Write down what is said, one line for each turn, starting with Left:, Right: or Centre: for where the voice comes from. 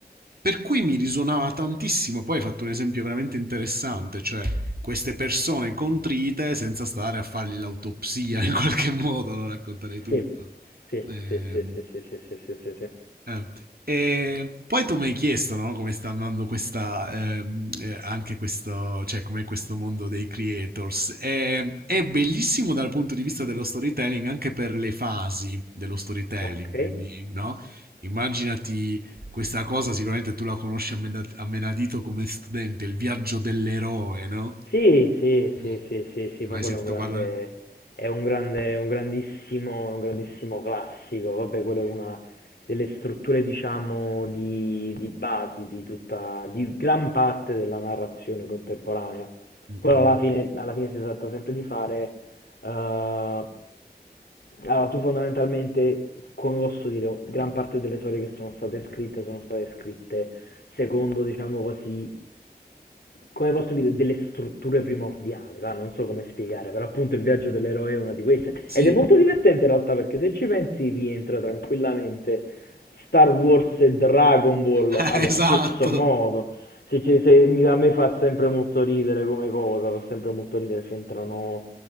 Right: Per cui mi risuonava tantissimo, poi hai fatto un esempio veramente interessante, cioè queste persone contrite senza stare a fargli l'autopsia in qualche <laughs> modo, non racconterei tutto.
Left: sì, sì,
Right: Ehm,
Left: sì, sì, sì, sì, sì, sì, sì, sì.
Right: eh, E poi tu mi hai chiesto, no, come sta andando questa, ehm, eh, anche questo, cioè come questo mondo dei creators. E- è bellissimo dal punto di vista dello storytelling, anche per le fasi dello storytelling,
Left: Ok,
Right: quindi, no? Immaginati questa cosa, sicuramente tu la conosci a mena- a menadito come studente, il viaggio dell'eroe, no?
Left: Sì, sì,
Right: Mm.
Left: sì, sì, sì, sì,
Right: Ne
Left: ma
Right: hai mai
Left: quello
Right: sentito
Left: è un grande,
Right: parlare?
Left: è un grande, un grandissimo, un grandissimo classico. Vabbè, quello
Right: Sì,
Left: è una delle strutture, diciamo, di, di base di tutta, di gran parte della narrazione contemporanea.
Right: Mm,
Left: Quello
Right: mm.
Left: alla fine, alla fine si tratta sempre di fare, eh, allora, tu fondamentalmente, come posso dire, gran parte delle storie che sono state scritte sono state scritte secondo, diciamo così, come posso dire, delle strutture primordiali, va? non so come spiegare, però appunto il viaggio dell'eroe è una di queste
Right: Sì,
Left: ed è molto divertente in realtà perché se ci pensi rientra tranquillamente Star Wars e Dragon Ball
Right: <laughs>
Left: allo
Right: esatto.
Left: stesso modo, se, se- se- mi- a me fa sempre molto ridere come cosa, fa sempre molto ridere, c'entrano,